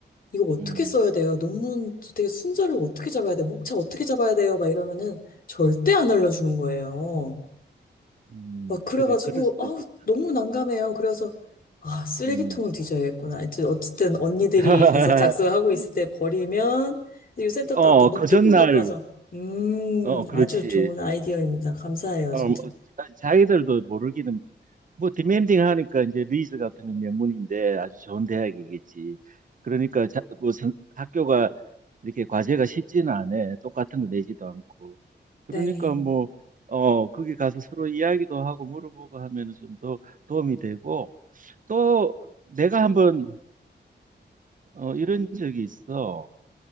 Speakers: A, on the left; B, on the right.
A: 이거 어떻게
B: 음,
A: 써야 돼요? 논문 저 되게 순서를 어떻게 잡아야 돼? 목차 어떻게 잡아야 돼요? 막 이러면은 절대 안 알려주는 거예요.
B: 음,
A: 막 그래가지고
B: 그래, 그럴 수도
A: 아우
B: 있겠다.
A: 너무 난감해요. 그래서 아 쓰레기통을
B: 음.
A: 뒤져야겠구나. 이제 어쨌든 언니들이
B: <laughs>
A: 가서 작성하고 있을 때 버리면 이 센터
B: 어,
A: 또아 노트북
B: 그 전날,
A: 갖고 와서 음
B: 어, 그렇지.
A: 아주 좋은 아이디어입니다. 감사해요
B: 어,
A: 진짜.
B: 어, 자기들도 모르기는 뭐 디멘딩 하니까 이제 리즈 같은 건 명문인데 아주 좋은 대학이겠지. 그러니까 자, 뭐 선- 학교가 이렇게 과제가 쉽지는 않아. 똑같은 거 내지도 않고.
A: 네,
B: 그러니까 뭐 어, 거기 가서 서로 이야기도 하고 물어보고 하면은 좀 더 도움이 되고 또 내가 한번 어, 이런 적이 있어.